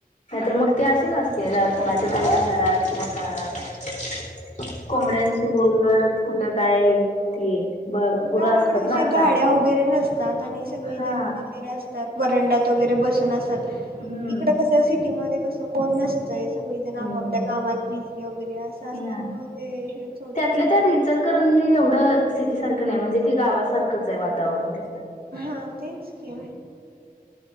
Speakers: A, on the left; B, on the right.
A: नाहीतर मग ती अशीच असते कुणाच्या त घरात किंवा दारात. कुठं कोंबड्यांशी बोलत कुठं काय? ते ब गुरं
B: गावाकडे
A: असतात ना
B: अ
A: आता
B: गाड्या वगेरे नसतात आणि सगळी
A: हा
B: जण बाहेर असतात. वरंडात वगैरे बसून असात
A: हम्म
B: इकड कस आहे सिटीमध्ये कसं कोण सगळीजण
A: हम्म
B: आपापल्या कामात बिझी वगैरे असं असल्यामुळे
A: ह
B: ते हेच होत
A: त्यातल्या
B: नाही ना.
A: त्यात इचलकरंजी एवढं सिटी सारखं नाही म्हणजे ते गावासारखंच आहे वातावरण तिथलं.
B: हा तेच की,